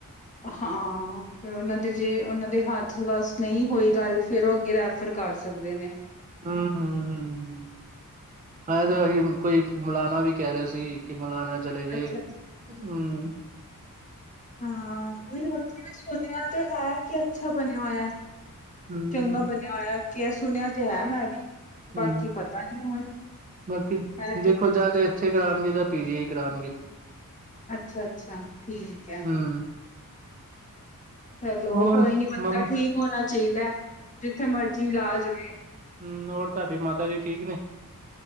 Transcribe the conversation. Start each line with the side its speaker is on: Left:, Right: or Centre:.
Left: ਹਾਂ, ਫਿਰ ਉਹਨਾਂ ਦੇ ਜੇ ਉਹਨਾਂ ਦੇ ਹੱਥ ਬਸ ਨਹੀਂ ਹੋਈ ਗੱਲ, ਫੇਰ ਉਹ ਅੱਗੇ ਰੈ ਫਰ ਕਰ ਸਕਦੇ ਨੇ
Right: ਹਮ- ਹਮ- ਹਮ ਹ
Left: ਠੀਕ
Right: ਤਾਂ ਕੋਈ ਮਲਾਣਾ ਵੀ ਕਹਿ ਰਿਹੇ ਸੀ। ਕਿ, ਮਨਾਨਾ ਚਲੇ ਜਏ
Left: ਅੱਛਾ
Right: ਹਮ
Left: ਹਾਂ, ਨਹੀਂ ਉੱਥੇ ਵੀ ਸੁਣਿਆ ਤੇ ਹੈ ਕਿ, ਅੱਛਾ ਬਣਿਆ ਹੋਇਆ।
Right: ਹੂੰ
Left: ਚੰਗਾ ਬਣਿਆ ਹੋਇਆ ਕਿ, ਸੁਣਿਆ ਤੇ ਹੈ ਮੈਂ ਵੀ ਬਾਕੀ
Right: ਹੂੰ
Left: ਪਤਾ ਨੀ ਹੁਣ।
Right: ਬਾਕੀ
Left: ਮੈਂ ਤੇ
Right: ਦੇਖੋ ਜਾਂ ਤਾਂ ਇੱਥੇ, ਕਰਾਉਣਗੇ ਜਾਂ ਪੀ ਜੀ ਈ ਕਰਾਉਣਗੇ।
Left: ਅੱਛਾ- ਅੱਛਾ ਠੀਕ ਹੈ।
Right: ਹੂੰ
Left: ਚਲੋ,
Right: ਹੋਰ
Left: ਕੋਈ ਨੀ ਬੰਦਾ
Right: ਮੰਮ
Left: ਠੀਕ ਹੋਣਾ ਚਾਹੀਦਾ, ਜਿੱਥੇ ਮਰਜ਼ੀ ਇਲਾਜ ਹੋਏ।
Right: ਹਮ, ਹੋਰ ਤੁਹਾਡੇ ਮਾਤਾ ਜੀ ਠੀਕ ਨੇ